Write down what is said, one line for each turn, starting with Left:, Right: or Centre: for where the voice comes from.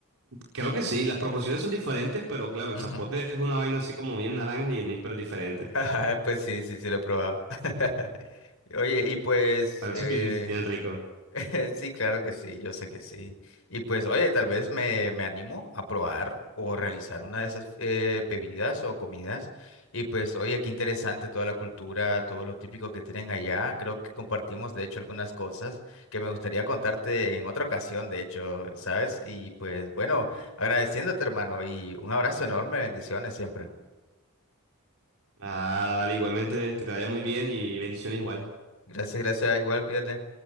Right: Creo que sí, las proporciones son diferentes, pero claro, el
Left: ujú.
Right: zapote
Left: <laughs>
Right: es una vaina así como bien naranja y el níspero es diferente.
Left: Ajá, pues sí, sí, sí lo he probado. <laughs> Oye, y pues,
Right: Pero
Left: eh,
Right: eso bien, bien rico.
Left: <laughs> Sí, claro que sí, yo sé que sí. Y pues, oye, tal vez me, me animo a probar o realizar una de esas eh, bebidas o comidas. Y pues, oye, qué interesante toda la cultura, todo lo típico que tienen allá. Creo que compartimos, de hecho, algunas cosas que me gustaría contarte en otra ocasión, de hecho, ¿sabes? Y pues, bueno, agradeciéndote, hermano, y un abrazo enorme, bendiciones siempre.
Right: Ah, dale, igualmente, que te vaya muy bien y bendiciones igual.
Left: Gracias, gracias, igual, cuídate.